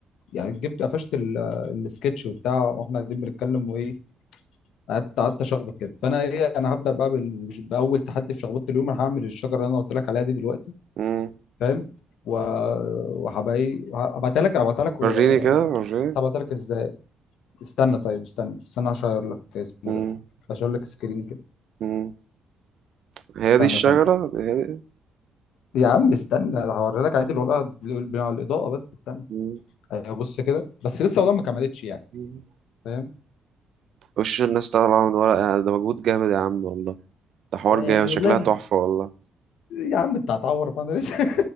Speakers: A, on the left; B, on the right.
A: يعني جبت قفشت ال- السكتش وبتاع واحنا قاعدين بنتكلم وايه قعدت قعدت اشخبط كده فانا ايه انا هبدا بقى بال- باول تحدي في شخبطه اليوم انا هعمل الشجره اللي انا قلت لك عليها دي دلوقتي
B: مم.
A: فاهم و- وهبقى ايه هبعتها لك هبعتها لك و-
B: وريني كده وريني
A: بس هبعتها لك ازاي استنى طيب استنى استنى عشان اغير لك اسمه
B: مم.
A: ده عشان اغير لك سكرين كده
B: مم. هي
A: استنى
B: دي الشجرة
A: ثانية
B: هي دي
A: يا عم استنى هوري لك عادي والله بال- على الإضاءة بس استنى
B: مم.
A: أيوة بص كده بس لسه والله ما كملتش يعني
B: مم.
A: فاهم
B: وش الناس طالعة من ورق يعني ده مجهود جامد يا عم والله ده حوار
A: يعني
B: جامد شكلها
A: والله ما...
B: تحفة والله
A: يا عم انت هتعور بقى انا لسه <laughs>